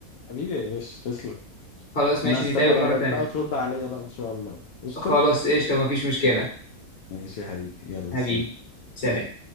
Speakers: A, on the left; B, on the left.
A: حبيبي يا باشا تسلم
B: خلاص ماشي
A: انا هستنى
B: نتقابل
A: رأيك
B: مره تانية
A: بقى وترد عليا بقى ان شاء الله قشطة
B: خلاص قشطه مفيش مشكله
A: ماشي يا حبيبي يلا
B: حبيبي
A: سلام
B: سلام